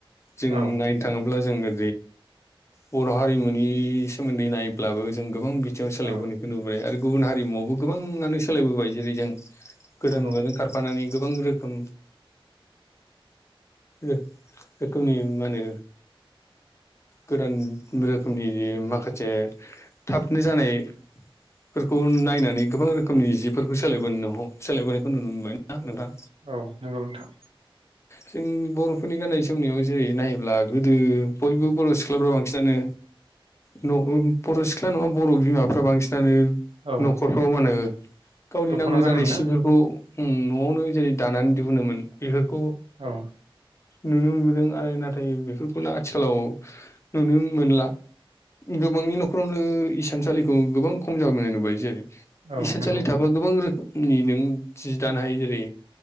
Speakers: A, on the left; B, on the right.
A: जों
B: औ
A: नायनो थाङोब्ला जोङो <unintelligible> बर' हारिमुनि सोमोन्दै नायब्लाबो जों गोबां बिथिङाव सोलायबोनायखौ
B: औ
A: नुबोबाय आरो गुबुन हारिमुवावबो गोबांङानो सोलायबोबाय जेरै जों गोदोन
B: नंगौ
A: मुगाजों खारफानानै गोबां रोखोम एख रोखोमनि माने गोदान रोखोमनि माखासे थाबनो जानाय फोरखौ नायनानै गोबां रोखोमनि जिफोरखौ सोलायबो ह सोलायबोनायखौ नुनो मोनबाय ना नोंथां।
B: औ नंगौ नोंथां
A: जों बर'फोरनि गाननाय जोमनायाव जेरै नायोब्ला गोदो बयबो बर' सिख्लाफ्रा बांसिनानो न बर' सिख्ला नङा बर' बिमाफ्रा बांसिनानो
B: औ
A: न'खरफ्राव मा होनो गावनि
B: दख'ना
A: नांगौ
B: गानोमोन
A: जानाय
B: ना
A: सिफोरखौ उम नवावनो जेरै दानानै दिहुनोमोन, बेफोरखौ
B: औ
A: नुनो मोनबोदों आरो नाथाय बेफोरखौनो आथिखालाव नुनो मोनला। गोबांनि न'खरावनो इसानसालिखौ गोबां खम जाबोनाय नुबाय जे ।
B: औ
A: इसानसालि
B: नंगौ
A: थाबा गोबां रोखोमनि नों जि दानो हायो जेरै